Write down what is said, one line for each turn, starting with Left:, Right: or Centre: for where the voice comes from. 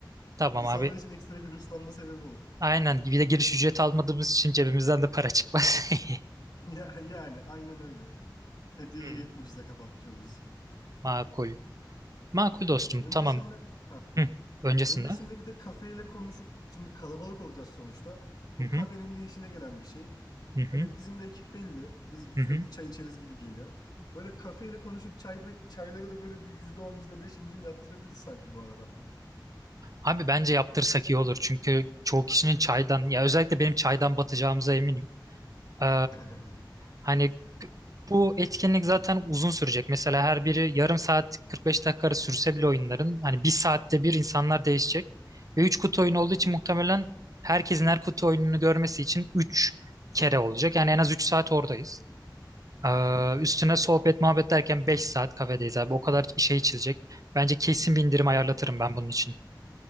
Right: Tamam
Left: İnsanlar
Right: abi.
Left: için ekstra bir hırslanma sebebi olur.
Right: Aynen. Bir de giriş ücreti almadığımız için cebimizden de para çıkmaz. <laughs>
Left: <laughs> Ya, yani aynen öyle. Hediyeyi
Right: Hmm,
Left: ucuza kapatmış oluruz.
Right: Makul. Makul dostum.
Left: Öncesinde
Right: Tamam.
Left: ha
Right: Hı. Öncesinde.
Left: öncesinde bir de kafeyle konuşup şimdi kalabalık olacağız sonuçta. Bu
Right: Hı hı.
Left: kafenin de işine gelen bir şey.
Right: Hı hı.
Left: Hani bizim de ekip belli. Biz
Right: Hı
Left: sürekli
Right: hı.
Left: çay içeriz gibi geliyor. Böyle kafeyle konuşup çay çayları da böyle bir yüzde on, yüzde beş indirim yaptırabiliriz sanki bu arada.
Right: Abi bence yaptırsak iyi olur. Çünkü çoğu kişinin çaydan ya özellikle benim çaydan batacağımıza eminim. Ee,
Left: <laughs>
Right: hani bu etkinlik zaten uzun sürecek. Mesela her biri yarım saat 45 dakika arası sürse bile oyunların hani bir saatte bir insanlar
Left: Hı hı,
Right: değişecek. Ve 3 kutu oyunu olduğu
Left: hı
Right: için
Left: hı,
Right: muhtemelen herkesin her kutu oyununu görmesi için 3 kere olacak. Yani en az 3 saat oradayız. Ee,
Left: hı hı.
Right: üstüne sohbet muhabbet derken 5 saat kafedeyiz abi. O kadar şey çizilecek. Bence kesin bir indirim
Left: Aynen
Right: ayarlatırım
Left: öyle.
Right: ben bunun için.